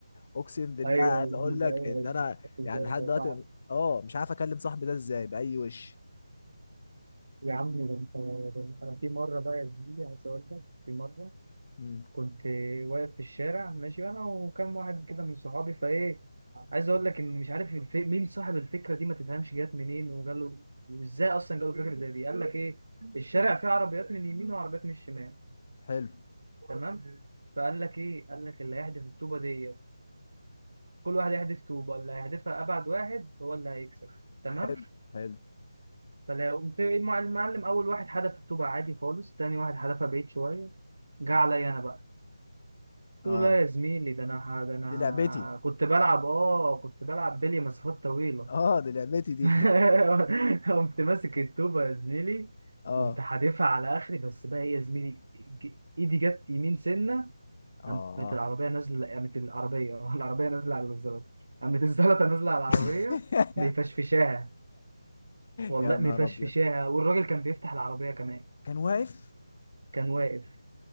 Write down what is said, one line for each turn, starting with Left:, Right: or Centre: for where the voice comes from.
Left: اقسم بالله
Right: يا زميلي
Left: عايز اقول لك
Right: ايوه
Left: ان
Right: يا زميلي
Left: انا
Right: خدت بالي
Left: يعني لحد
Right: ده
Left: دلوقتي
Right: صعب
Left: اه مش عارف اكلم صاحبي ده ازاي باي وش
Right: يا عمي ده انت ده انا في مره بقى يا زميلي عايز اقول لك في مره
Left: امم
Right: كنت واقف في الشارع ماشي انا وكم واحد كده من صحابي فايه عايز اقول لك ان مش عارف الف... مين صاحب الفكره دي ما تفهمش جت منين وجاله وازاي اصلا جاله فكره زي دي قال لك ايه الشارع فيه عربيات من اليمين وعربيات من الشمال
Left: حلو
Right: تمام فقال لك ايه قال لك اللي هيحدف الطوبه ديت كل واحد يحدف طوبه اللي هيحدفها ابعد واحد هو اللي هيكسب تمام
Left: حلو حلو
Right: فقمت المعلم أول واحد حدف الطوبة عادي خالص تاني واحد حدفها بعيد شوية جه عليا أنا بقى قلت
Left: اه
Right: له لا يا زميلي ده أنا ه- ده أنا
Left: دي لعبتي
Right: كنت بلعب آه كنت بلعب بلي مسافات طويلة
Left: اه دي لعبتي دي
Right: <laughs> قمت ماسك الطوبة يا زميلي
Left: <laughs> اه
Right: وقمت حادفها على آخري بس بقى إيه يا زميلي ج- إيدي جت يمين سنة
Left: اه
Right: قامت العربية نازلة قامت العربية <laughs> آه، العربية نازلة على الزلطة قامت الزلطة نازلة على العربية
Left: <laughs>
Right: مفشفشاها والله
Left: يا نهار
Right: مفشفشاها
Left: ابيض
Right: والراجل كان بيفتح العربية كمان
Left: كان واقف
Right: كان واقف